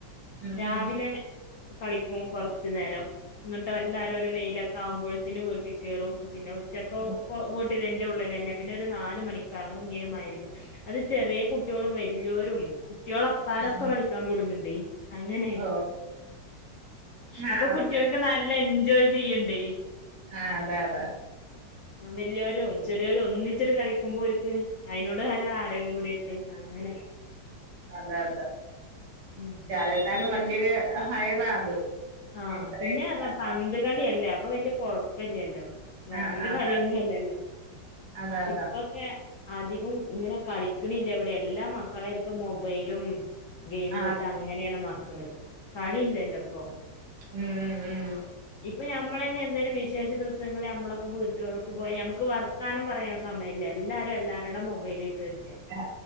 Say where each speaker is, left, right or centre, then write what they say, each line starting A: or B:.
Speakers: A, on the right; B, on the left.
A: ഉം
B: രാവിലെ
A: ഉം
B: കളിക്കും കൊർച്ച് നേരം. ഇങ്ങട്ടേ അല്ലാരും ഒരു വെയിലൊക്കാവുമ്പോഴ്ത്തിന് വീട്ടീ കെറും പിന്നെ ഉച്ചക്ക്
A: ഉം
B: വിട് ട്ടി ഇന്റെ ഉള്ളിലെന്നെ പിന്നൊരു നാല് മണിക്കെർങ്ങും ഞ്ഞെരു മഗ്രിബ് അത് ചെറിയെ കുട്ട്യോളും വലിയോരും കുട്ട്യോളെ പ്പാരൊക്കെ
A: ഉം
B: കളിക്കാൻ കൂട്ണ് ണ്ടെയ്. അങ്ങനെയാണ്
A: ഓ ആ
B: അപ്പൊ
A: അപ്പ
B: കുട്ട്യോളൊക്കെ നല്ല എൻജോയ് ചെയ്യ്ണ്ടെ.
A: ആഹ് അതെ അതെ
B: അ വല്യോരും ചെറിയോരും ഒന്നിച്ചിട്ട് കളിക്കുമ്പോര്ക്ക് അയിനോട് ഹരം ഹരം കൂടീട്ട് അങ്ങനെ
A: അതെ അതെ
B: ഉം
A: പക്ഷെ അതെന്തായാലും വല്ല്യൊരു ഹൈറാ അത്
B: ആഹ്
A: ഇത്രയും
B: പിന്നെ പറഞ്ഞാ
A: ആ
B: പന്ത് കളിയല്ലേ അപ്പ വല്ലിയ കൊഴപ്പല്യല്ലോ വേറൊരു
A: ആ, അതെ
B: കളിയൊന്നുല്ലല്ലോ
A: അതെ അതെ അതെ
B: ഇപ്പം ന്നെ അധികും ഇങ്ങനെ കളിക്കണില്ലവിടെ എല്ലാ മക്കളെടുത്തും മൊബൈലും ഗെയിമുവായിട്ട
A: ആ
B: അങ്ങനെയാണ് മക്കള് കളില്ലല്ലോ പ്പൊ
A: ഉം ഉം ഉം
B: ഇപ്പ നമ്മളെന്നെ എന്തെലും വിഷ് വിശെഷ ദിവസങ്ങളിൽ നമ്മളൊക്ക വീട്ടെൾക്ക്ട്ടപോയ നമ്മക്ക് വർത്താനം പറയാൻ സമയല്ല എല്ലാരും എല്ലാരുടെയും മൊബ ലായിട്ടരിക്ക
A: ആ